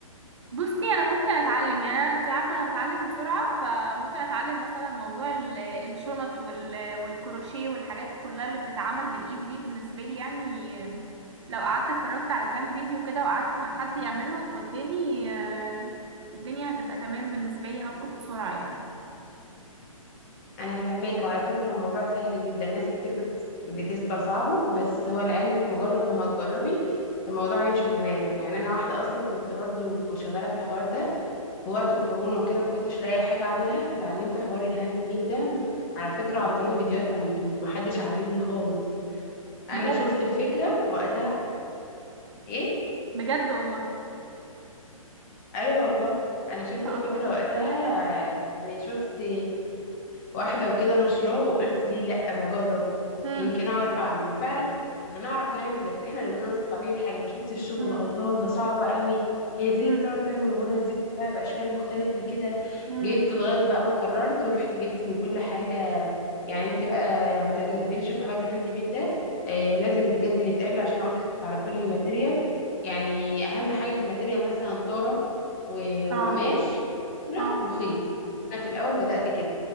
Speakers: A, on the right; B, on the left.
A: بصي انا ممكن اتعلم يعني انا انت عارفه انا بتعلم بسرعه فممكن اتعلم مثلا موضوع ال- الشنط وال- والكروشيه والحاجات كلها اللي بتتعمل بالايد دي بالنسبه لي يعني لو قعدت اتفرجت على كام فيديو كده وقعدت مع حد يعملهم قدامي آه، الدنيا هتبقى تمام بالنسبه لي هلقط بسرعه يعني
B: انا فاهماك وعلى فكره هو موضوع سهل جدا ناس كتير بت- بتستصعبه بس هو لعلمك مجرد ما هتجربي الموضوع هيمشي تمام يعني انا واحده اصلا كنت برضو شغاله في الحوار ده في وقت الكورونا وكده ما كنتش لاقي حاجه اعملها فتعلمت حوار الهاند ميد ده على فكره عن طريق فيديوهات على اليوتيوب محدش علمني خالص انا
A: بجد
B: شفت
A: والله
B: الفكره وقتها ايه
A: بجد والله
B: ايوه والله انا شفت
A: ما شاء
B: الفكره
A: الله
B: وقتها يعني شفت واحده وكده نشراه وقلت ليه لا ما اجرب
A: مم.
B: يمكن اعرف اعمل وفعلا هنعرف نعمل بس احنا اللي بنبقى مصعبين الحاجه انا شفت الشغل
A: مم.
B: الله ده صعب قوي هي ازاي
A: مم.
B: بتقعد تعمل الغرز دي كلها باشكال مختلفه كده
A: مم.
B: جبت لغايه بقى ما قررت ورحت جبت من كل حاجه يعني انت بقى لو هتم- هتمشي في حوار الهاند ميد ده آه لازم بجد نتقابل عشان اقول لك على كل الماتيريال يعني اهم حاجه في الماتيريال مثلا طاره و- وقماش
A: اه
B: وابره
A: اه
B: وخيط انا في الاول بدات كده